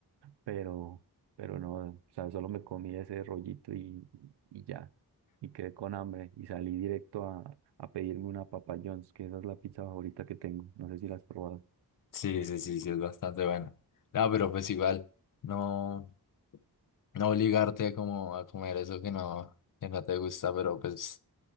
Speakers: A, on the right; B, on the left.
A: pero, pero no, o sea, solo me comí ese rollito y, y ya, y quedé con hambre y salí directo a, a pedirme una Papa John's, que esa es la pizza favorita que tengo, no sé si la has probado.
B: sí, sí, sí, sí, es bastante bueno. No, pero pues igual, no, no obligarte como a comer eso que no, que no te gusta, pero pues,